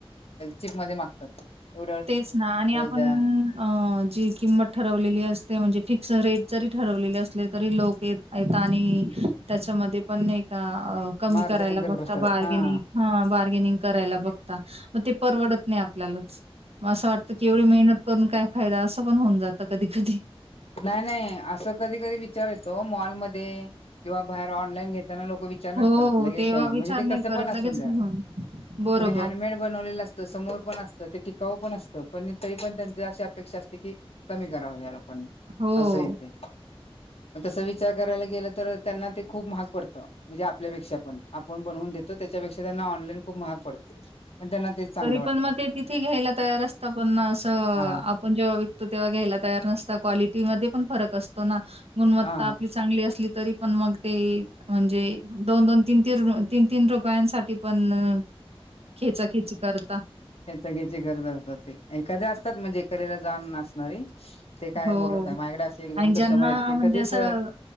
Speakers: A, on the left; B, on the right.
A: चीप मध्ये मागतात. <unintelligible>
B: तेच ना आणि आपण
A: द्या
B: अं जी किंमत ठरवलेली असते म्हणजे फिक्स रेट जरी ठरवलेले असले तरी लोक येत येत आणि त्याच्यामध्ये पण एका अं कमी
A: मारझाणी
B: करायला
A: करत
B: बघता
A: बसतात
B: बार्गेनिंग
A: हा.
B: ह बार्गेनिंग करायला बघता मग ते परवडत नाही आपल्याला मग असं वाटतं की एवढी मेहनत करून काय फायदा असं पण होऊन जातं कधी कधी
A: नाही नाही असं कधी कधी विचार येतो मॉलमध्ये. किंवा बाहेर ऑनलाईन घेताना लोक विचार नाही
B: हो,
A: करत ले
B: तेव्हा विचार
A: म्हणजे ते
B: नाही
A: कस
B: करत
A: पण असून
B: लगेच
A: द्या.
B: घेऊन. बरोबर.
A: मग हँडमेड बनवलेलं असतं समोर पण असतं ते टिकाऊ पण असतं पण तरी पण त्यांची अशी अपेक्षा असते की कमी कराव या लोकांनी
B: हो.
A: असं इथे तस विचार करायला गेलं तर त्यांना ते खूप महाग पडतं म्हणजे आपल्यापेक्षा पण आपण बनून देतो त्याच्यापेक्षा त्यांना ऑनलाईन खूप महाग पडते. पण त्यांना तेच चांगलं
B: तरी
A: वाटतं
B: पण मग ते तिथे घ्यायला तयार असत पण ना असं
A: हा
B: आपण जेव्हा तेव्हा घ्यायला तयार नसतं क्वालिटी मध्ये पण फरक असतो ना गुणवत्ता
A: हा
B: आपली चांगली असली. तरी पण मग ते म्हणजे दोन दोन तीन तीन तीन रुपयांसाठी पण खेचाखेची. करता.
A: घ्याची गरज असतात ते एखाद्या असतात म्हणजे कलेला जाण नसणारी ते काय
B: हो
A: बोलत नाही माझ्याकडे असे एक दोन
B: आणि
A: कस्टमर
B: ज्यांना
A: आहेत ते
B: म्हणजे
A: कधीच
B: असं